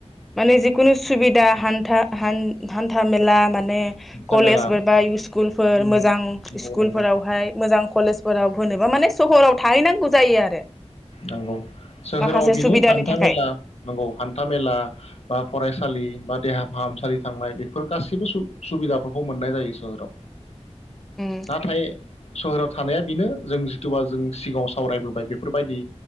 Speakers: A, in the centre; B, on the left (about 65°).
A: माने जिखुनु सुबिदा हान्था हान हान्था मेला माने माने
B: हान्था
A: कलेजफोर
B: मेला
A: बा इसकुल फोर
B: नंगौ
A: मोजां स्कुलफोरावहाय
B: नंगौ
A: मोजां कलेजफोराव होनोबा माने सहराव। थाहैनांगौ जायो आरो।
B: नंगौ सोहोराव
A: माखासे
B: बेनो
A: सुबिदानि
B: हान हान्थामेला
A: थाखाय
B: नंगौ हान्था मेला बा फरायसा लि बा देहाफाहामसालि थांनाय बेफोर गासैबो सु-सुबिदाफोरखौ मोननाय जायो सोहोराव।
A: उम
B: नाथाय सहराव थानाया बेनो जों जिथुबा जों सिगाङाव सावरायबोबाय बेफोरबायदि